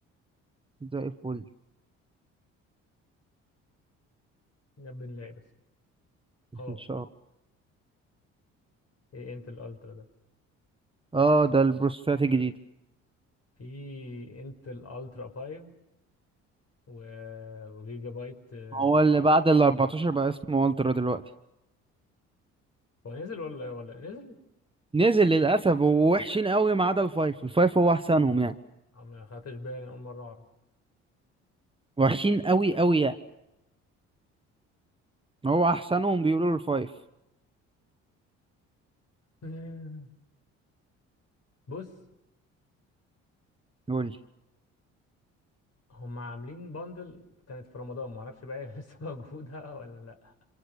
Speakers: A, on the right; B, on the left.
A: زي الفل
B: نبي نلاقي بس
A: <laughs>
B: اه
A: ان شاء الله
B: ايه انتل الترا ده
A: اه ده البروسيسات الجديدة
B: في انتل الترا 5 و- وجيجا بايت آه،
A: هو اللي بعد ال 14 بقى اسمه والترا دلوقتي
B: هو نزل ولا ولا نزل
A: نزل للاسف ووحشين قوي ما عدا الفايف الفايف هو احسنهم يعني
B: أو ما خدتش بالي أول مرة أعرف
A: وحشين قوي قوي يعني هو احسنهم بيقولوا له الفايف
B: <laughs> بص
A: قول لي
B: هم عاملين باندل كانت في رمضان ما اعرفش بقى هي <laughs> لسه موجودة ولا لا